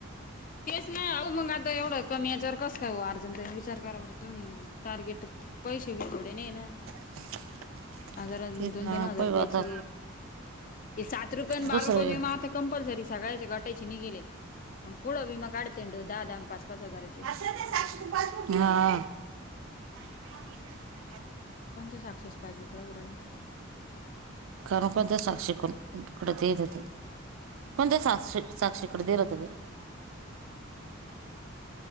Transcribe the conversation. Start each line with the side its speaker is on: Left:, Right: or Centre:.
Left: तेच नाही आहो मग आता एवढं कमी याच्यावर कस काय अर्जन विचार करा तुम्ही टार्गेट पैसे बी थोडे नाही ना.
Right: <unintelligible>
Left: हजार अन
Right: तेच
Left: दोन
Right: ना
Left: दोन हजार
Right: पहिलं
Left: रुपयची
Right: आता
Left: ये सात रुपये आणि
Right: दुसरं
Left: बारा रुपये बी म आता कंपल्सरी सगायचे घटायची नि गेले कोडं विमा काढते ढ दहा द पाच पाच हजाराचे
Right: हा. <unintelligible>
Left: पण ते साक्षीचं पासबुक लागू राल
Right: खरोखर ते साक्षीकडून तुकड देत होत. पण ते साक्षी साक्षी कड देत होत.